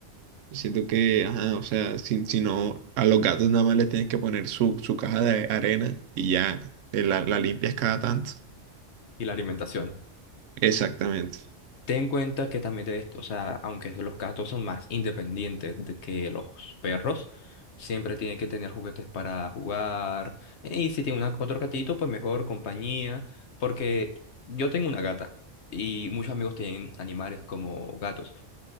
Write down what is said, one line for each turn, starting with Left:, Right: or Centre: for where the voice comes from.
Right: siento que, ajá, o sea, si, si no, a los gatos nada más les tienes que poner su, su caja de arena y ya eh, la, la limpias cada tanto.
Left: Y la alimentación.
Right: Exactamente.
Left: Ten en cuenta que también, de esto, o sea, aunque los gatos son más independientes de que los perros, siempre tienen que tener juguetes para jugar. Y si tiene una, otro gatito, pues mejor compañía. Porque yo tengo una gata y muchos amigos tienen animales como gatos.